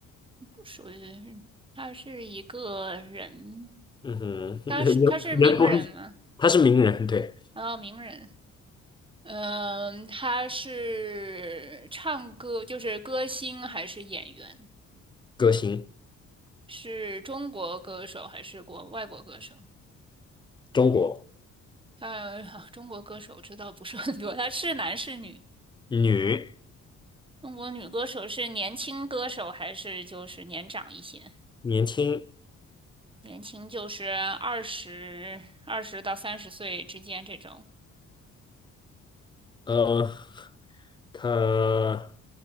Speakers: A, on the right (about 15°); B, on the left (about 15°).
A: 不属于，它是一个人，
B: 嗯哼，<laughs>
A: 他是他是名人吗？
B: 人人不是，他是名人，对，
A: 然后名人，嗯，他是唱歌，就是歌星还是演员？
B: 歌星，
A: 是中国歌手还是国外国歌手？
B: 中国
A: 他、<laughs> 中国歌手知道不是很多，他是男是女？
B: 女，
A: 中国女歌手是年轻歌手还是就是年长一些？
B: 年轻，
A: 年轻就是二十二十到三十岁之间这种，
B: 呃，他